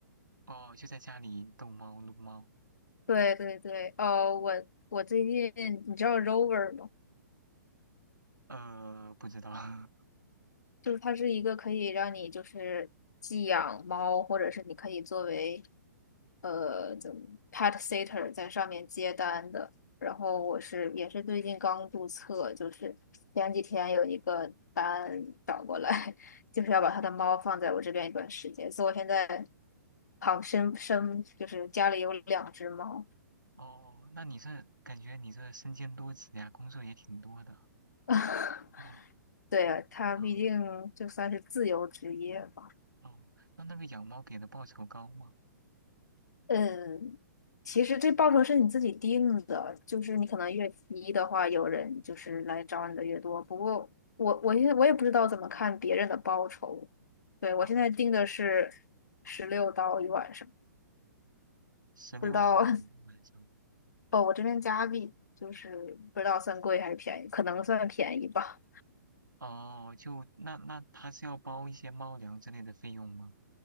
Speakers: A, on the right; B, on the left.
A: 哦，就在家里逗猫、撸猫。
B: 对对对，呃，我我最近你知道 Rover 吗？
A: 呃，不知道。<laughs>
B: 就是它是一个可以让你就是寄养猫，或者是你可以作为呃怎么 pet sitter 在上面接单的。然后我是也是最近刚注册，就是前几天有一个单找过来，<laughs> 就是要把他的猫放在我这边一段时间，所以我现在旁生生就是家里有两只猫。
A: 哦，那你这感觉你这身兼多职呀，工作也挺多的。
B: <laughs>
A: 哦，
B: 对，他毕竟就算是自由职业吧。
A: 嗯，哦，那那个养猫给的报酬高吗？
B: 嗯，其实这报酬是你自己定的，就是你可能越低的话，有人就是来找你的越多。不过我我现在我也不知道怎么看别人的报酬。对，我现在定的是
A: 哦，
B: 十六刀一晚上，
A: 十六美元一晚上。
B: 不知道 <laughs> 哦，我这边加币就是不知道算贵还是便宜，可能算便宜吧。
A: 哦，就那那他是要包一些猫粮之类的费用吗？